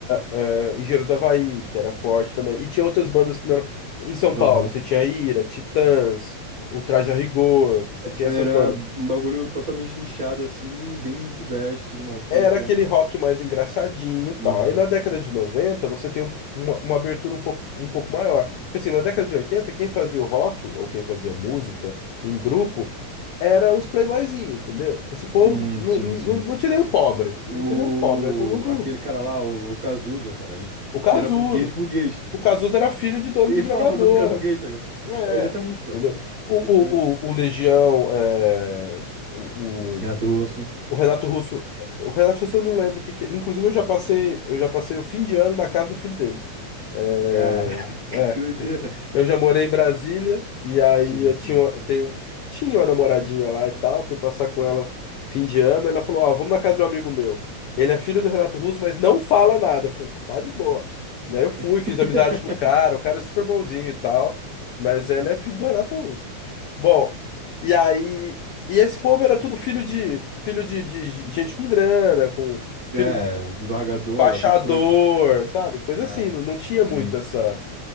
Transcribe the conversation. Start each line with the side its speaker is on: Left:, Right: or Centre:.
Left: eh, Engenheiros do Havaí, que era forte também. E tinha outras bandas que não eram. Em São
Right: Aham.
Left: Paulo, você tinha Ira, Titãs, o Traje a Rigor, você tinha
Right: Era
Left: essas bandas.
Right: um bagulho totalmente nichado, assim, bem sudeste e tudo mais, pode
Left: Era
Right: crer.
Left: aquele rock mais engraçadinho e tal.
Right: Aham.
Left: Aí na década de 90 você tem um- uma, uma abertura um pouco, um pouco maior. Porque assim, na década de 80 quem fazia o rock, ou quem fazia música em grupo, era os playboyzinhos, entendeu? Esse povo,
Right: Hum,
Left: não,
Right: sim,
Left: não,
Right: sim.
Left: não tinha nenhum pobre.
Right: O...
Left: Não tinha nenhum pobre, era todo mundo...
Right: Aquele cara lá, o o Cazuza, cara, ele
Left: O Cazuza.
Right: era burguês, burguês.
Left: O Cazuza era filho de dono
Right: Ele
Left: de gravadora.
Right: falava pra todo mundo que era burguês, tá ligado?
Left: É,
Right: É, Exatamente, pô,
Left: entendeu?
Right: exatamente.
Left: O,
Right: Pode crer.
Left: o, o, o Legião, é, o,
Right: Renato Russo.
Left: O Renato Russo, é, o Renato Russo eu não lembro o que que é. Inclusive eu já passei, eu já passei o fim de ano na casa do filho dele. É,
Right: Caraca, <laughs>
Left: é,
Right: que doideira.
Left: eu já morei em Brasília e aí
Right: Sim,
Left: eu
Right: sim.
Left: tinha uma, tenho, tinha uma namoradinha lá e tal, fui passar com ela fim de ano, ela falou, ó, vamos na casa de um amigo meu. Ele é filho do Renato Russo, mas não fala nada. Eu falei, tá de boa. E aí eu fui,
Right: <laughs>
Left: fiz amizade com o cara, o cara é super bonzinho e tal, mas ele é filho do Renato Russo. Bom, e aí, e esse povo era tudo filho de filho de, de gente com grana, com filho
Right: É, desembargador,
Left: baixador,
Right: essas coisas.
Left: sabe? Coisa
Right: É,
Left: assim, não, não tinha
Right: sim.
Left: muito essa.